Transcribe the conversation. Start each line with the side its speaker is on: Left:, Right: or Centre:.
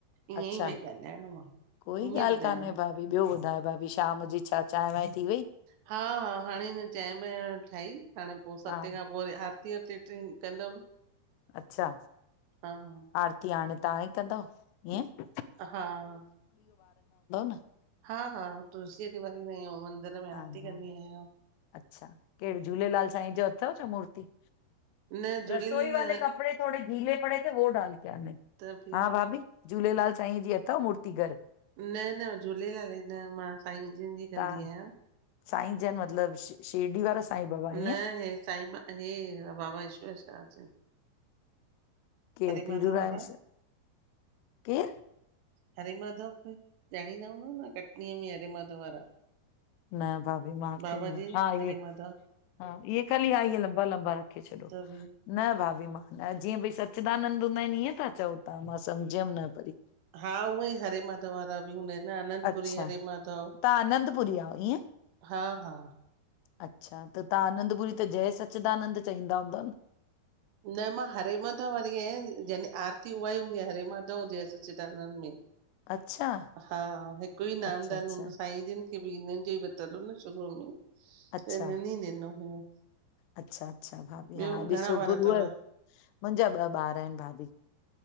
Right: ईअं
Left: अच्छा,
Right: ई भई ॻाल्हाइणो आ
Left: कोई
Right: ईअं
Left: ॻाल्ह
Right: ॿुधायो
Left: कान्हें भाभी, ॿयो ॿुधाइ भाभी शाम जी छा, चांयं वांयं थी वई?
Right: हा हा, हाणे अञा, चांइं ॿांइं ठाई, हाणे पो सतें
Left: हा
Right: खां पो, आरती वारती ट्रिन कंदम।
Left: अच्छा
Right: हा हा
Left: आरती हाणे तहां ई कंदव ईंएं?
Right: हा,
Left: न
Right: हा हा, तुलसीअ ते वारी वेंओं मंदिर मे
Left: हा
Right: आरती
Left: हा
Right: कंदी आयां।
Left: अच्छा, केढ़ी झूलेलाल साईंअ जो अथव छा मूर्ती?
Right: न झूलेलाल
Left: रसोई वाले कपड़े थोड़े गीले पड़े थे, वो डाल के आनें।
Right: त बि
Left: हा, भाभी झूलेलाल साईंअं जी अथव मूर्ती घर?
Right: न न, झूलेलालजी न, मां साईंअं जिन जी कंदी
Left: तव्हां
Right: आयां।
Left: साईं जन मतलब? शिरडी वारा साईं बाबा
Right: न,
Left: ईअं
Right: हे साई मां हे बाबा ईश्वर शाह जन।
Left: केरु
Right: हरे
Left: पीरूराम
Right: माधव वारा?
Left: केरु
Right: हरे माधव ॼाणींदा हूंदव न, कटनीअ में हरे माधव वारा।
Left: न, भाभी मां
Right: बाबा
Left: त न,
Right: जिन
Left: हा,
Right: हरे
Left: हे
Right: माधव
Left: हा इ खाली आई लंबा लंबा रखे छॾो
Right: त बि
Left: न भाभी म न जीअं भई सचिदानंद हूंदा आहिनि ईअं त चओ थ्हां मां सम्झियमि न वरी
Right: हा उहो ई हरे माथ वारा बि हूंदा आहिनि आनंदपुरी
Left: अच्छा
Right: हरे माधव
Left: तव्हां आनंदपुरी आहियो ईअं
Right: हा हा
Left: अच्छा त तव्हां आनंदपुरी ते जय सचिदानंद चईंदा हूंदा न
Right: न मां हरे माधव वाररी आहिय जंहिंजी आरती उहा ई हूंदी आ हरे माधव जय सचिदानंद में
Left: अच्छा
Right: हा हिकु ई नामदन
Left: अच्छा अच्छा
Right: हूंदो सांईं जिन इनि जो ई वरतलो न शुरूअ में
Left: अच्छा
Right: त हिननि ई ॾिनो हुयो
Left: अच्छा अच्छा भाभी
Right: ॿियो
Left: हा ॾिसो
Right: घणा ॿार
Left: गुरूअ
Right: तव?
Left: मुंहिंजा ॿ ॿार आहिनि भाभी